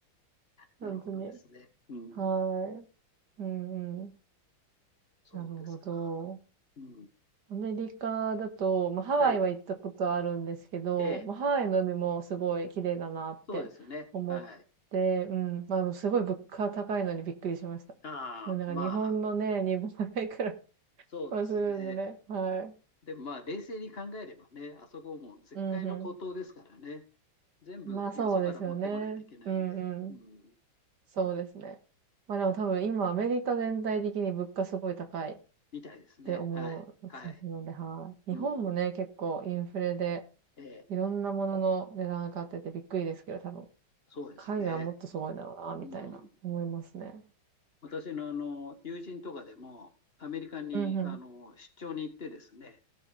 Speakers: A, on the left; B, on the right.
A: なるほどですね。
B: 本当に。
A: うん。
B: はい。うんうん。
A: そうですか。
B: なるほど。
A: うん。
B: アメリカだと、まあ、ハワイは行ったことあるんですけど、
A: はい。ええ、
B: まあ、ハワイの海もすごい綺麗だなって思って、
A: そうですね。はい。
B: うん。まあ、でもすごい物価高いのにびっくりしました。
A: ああ、
B: もうなんか日本のね、
A: まあ、
B: 2倍くらい
A: そうですね。
B: はするんでね。はい。
A: でもまあ、冷静に考えればね、あそこも絶海の孤島ですからね。
B: うんう
A: 全部よそから持ってこないといけないんで、
B: ん。まあそうですよね。うんうん。
A: うん。
B: そうですね。まあでも多分今アメリカ全体的に物価すごい高いっ
A: みたいですね。
B: て思うので、
A: はい。はい。
B: はい。
A: うん。
B: 日本もね、結構インフレで、
A: ええ、
B: いろんなものの値段上がっててびっくりですけど、多分、
A: そうですね。
B: 海外はもっとすごいんだろうな、みたいな、
A: うん。
B: 思いますね。
A: 私のあの、友人とかでも、アメリカにあの、
B: うんうん。
A: 出張に行ってですね、